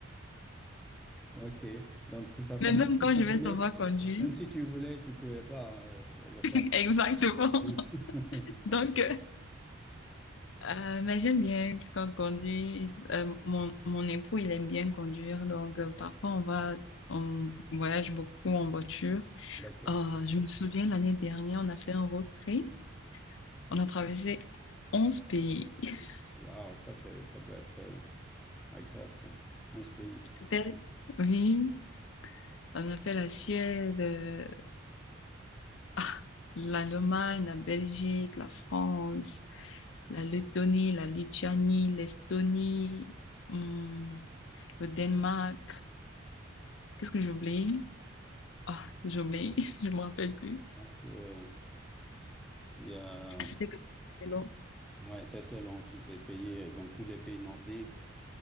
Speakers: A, in the centre; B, on the left.
A: Ok. Donc, de
B: <laughs>
A: toute façon,
B: Mais même
A: même
B: quand
A: si tu
B: je vais
A: voulais,
B: savoir
A: tu-
B: conduire,
A: même si tu voulais, tu pouvais pas euh, le
B: <laughs>
A: faire.
B: exactement.
A: <laughs>
B: Donc, euh, euh, mais j'aime bien quand conduire. Euh, mon, mon époux, il aime bien conduire. Donc, euh, parfois, on va, on voyage beaucoup en voiture.
A: D'accord.
B: Euh, je me souviens, l'année dernière, on a fait un road trip. On a traversé onze pays. <laughs>
A: Waouh, ça c'est, ça doit être euh, agréable, ça. 11 pays.
B: C'était, oui, on a fait la Suède, euh, Ah, L'Allemagne, la Belgique, la France, la Lettonie, la Lituanie, l'Estonie, hum, le Danemark. Qu'est-ce que j'oublie? Ah, j'oublie, <laughs> je me rappelle
A: Ouais.
B: plus.
A: Donc, euh, il y a,
B: Ah, c'était que c'est long.
A: ouais, ça c'est long, tous ces pays, euh, donc tous les pays nordiques.